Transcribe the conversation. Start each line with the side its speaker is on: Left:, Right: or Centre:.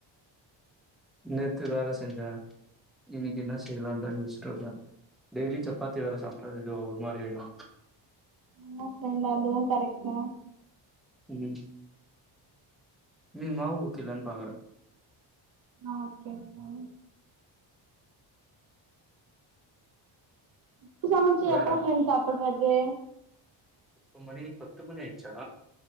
Centre: நேத்து வேல செஞ்சே இன்னைக்கு என்ன செய்யலாம்தா யோச்ட்டு இருக்கே டெய்லி சப்பாதி வேற சாப்புட்ட இது ஒரு மாரி ஆயிடு
Right: <unintelligible> கரெக்ட் தா
Centre: ம் ம் மாவு ஊத்திலான்னு பாக்குறே
Right: நா ஓகே ஃப்போ இப்ப சமைச்சு
Centre: வேற
Right: எப்பா ஃப்ரெண்ட் சாப்புறது
Centre: இப்ப மணி பத்து மணி ஆயிச்சா